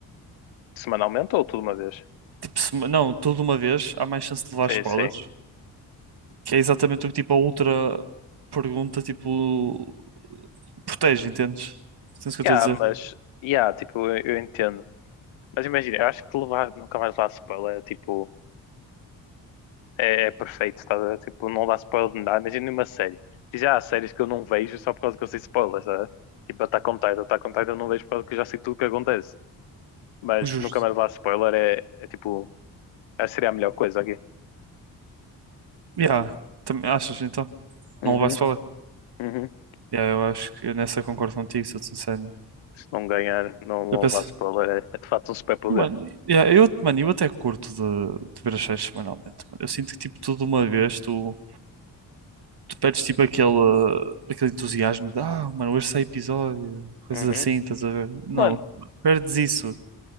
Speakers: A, on the left; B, on the right.
A: Semanalmente ou tudo uma vez?
B: tipo sema- Não, toda uma vez há mais chance de levar
A: Sim,
B: spoilers.
A: sim.
B: Que é exatamente o que, tipo, a outra pergunta, tipo... Protege, entendes? Entendes o que
A: Yeah,
B: eu estou a
A: mas,
B: dizer?
A: yeah, tipo, eu, eu entendo. Mas imagina, eu acho que levar, nunca mais levar spoiler é tipo, é, é perfeito, estás a ver? Tipo, não dá spoiler de nada. Imagina uma série. Diz, ah, há séries que eu não vejo só por causa que eu sei spoilers, estás a ver? Tipo, Attack on Titan, Attack on Titan eu não vejo por causa que eu já sei tudo o que acontece. Mas
B: Justo.
A: nunca mais levar spoiler é, é tipo, essa seria a melhor coisa aqui.
B: Yeah. Também achas então?
A: Uhum,
B: Não levaste para ler?
A: uhum.
B: Yeah, eu acho que eu nessa concordo contigo, sou-te sincero.
A: Se não ganhar, não, não
B: Eu penso,
A: usar spoiler, é, é de facto um superpoder.
B: mano, yeah, eu, mano, eu até curto de, de ver as séries semanalmente. Mano. Eu sinto que tipo tudo de uma vez tu, tu perdes tipo aquele, aquele entusiasmo de ah, mano, hoje sai episódio, coisas
A: Uhum.
B: assim, estás a ver? Não,
A: Mano,
B: perdes isso.